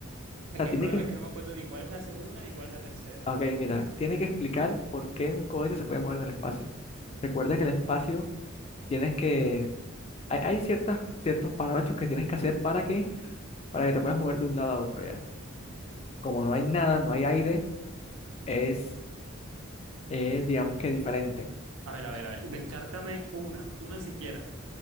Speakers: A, on the left; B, on the right.
A: O
B: Aquí
A: sea, tiene
B: el problema
A: que,
B: es que no me acuerdo ni cuál es la segunda ni cuál es la tercera.
A: ok, mira, tiene que explicar por qué un cohete se puede mover en el espacio. Recuerda que el espacio tienes que, hay, hay ciertas, ciertos parámetros que tienes que hacer para que, para que te puedas mover de un lado a otro ya. Como no hay nada, no hay aire, es, es, digamos que diferente.
B: A ver, a ver, a ver. Descártame una, una siquiera.